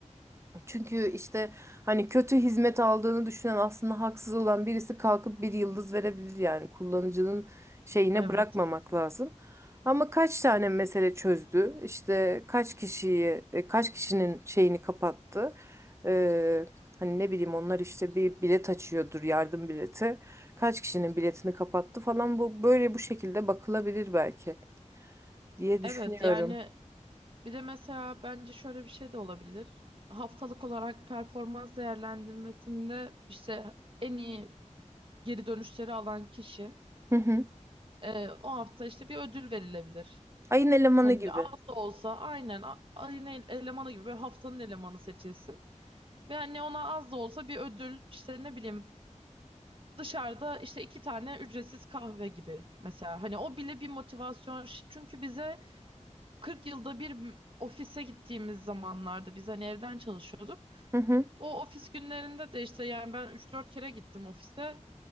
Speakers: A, on the right; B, on the right.
A: çünkü işte hani kötü hizmet aldığını düşünen aslında haksız olan birisi kalkıp bir yıldız verebilir yani kullanıcının şeyine
B: Evet.
A: bırakmamak lazım. Ama kaç tane mesele çözdü? İşte kaç kişiyi, e, kaç kişinin şeyini kapattı? Ee, hani ne bileyim onlar işte bir bilet açıyordur, yardım bileti. Kaç kişinin biletini kapattı falan bu böyle bu şekilde bakılabilir belki diye düşünüyorum.
B: Evet yani bir de mesela bence şöyle bir şey de olabilir. Haftalık olarak performans değerlendirmesinde işte en iyi geri dönüşleri alan kişi
A: Hı hı.
B: e, o hafta işte bir ödül verilebilir.
A: Ayın elemanı
B: Hani
A: gibi.
B: az da olsa aynen a- ayın el- elemanı gibi böyle haftanın elemanı seçilsin. Ve hani ona az da olsa bir ödül işte ne bileyim dışarıda işte iki tane ücretsiz kahve gibi mesela. Hani o bile bir motivasyon. Ş- Çünkü bize 40 yılda bir m- ofise gittiğimiz zamanlarda biz hani evden çalışıyorduk.
A: Hı hı.
B: O ofis günlerinde de işte yani ben üç dört kere gittim ofise.